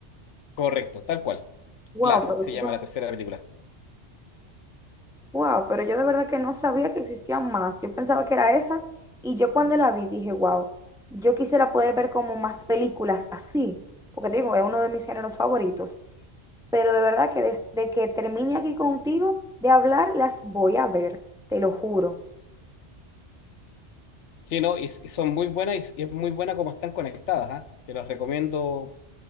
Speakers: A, on the left; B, in the centre.
A: correcto, tal cual.
B: Wow,
A: Glass
B: pero
A: se
B: eso
A: llama
B: es una
A: la tercera película.
B: Wow, pero yo de verdad que no sabía que existían más. Yo pensaba que era esa y yo cuando la vi dije, wow, yo quisiera poder ver como más películas así, porque te digo, es uno de mis géneros favoritos. Pero de verdad que desde que termine aquí contigo de hablar, las voy a ver, te lo juro.
A: Sí, no, y, y son muy buenas y, s- y es muy buena como están conectadas, ¿ah? Te las recomiendo